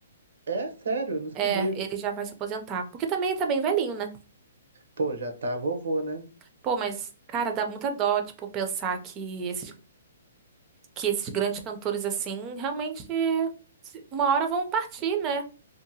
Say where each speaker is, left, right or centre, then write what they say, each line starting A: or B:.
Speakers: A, on the right; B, on the right.
A: É, sério, eu não sabia.
B: É, ele já vai se aposentar. Porque também ele tá bem velhinho, né?
A: Pô, já tá vovô, né?
B: Pô, mas, cara, dá muita dó, tipo, pensar que esses, que esses grandes cantores, assim, realmente se- uma hora vão partir, né?